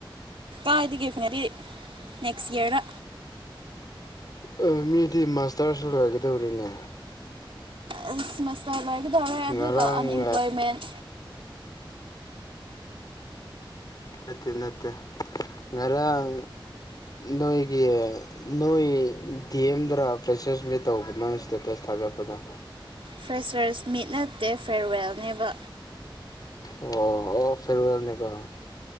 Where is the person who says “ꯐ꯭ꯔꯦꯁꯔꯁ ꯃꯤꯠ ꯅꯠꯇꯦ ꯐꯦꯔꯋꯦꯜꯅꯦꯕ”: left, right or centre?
Right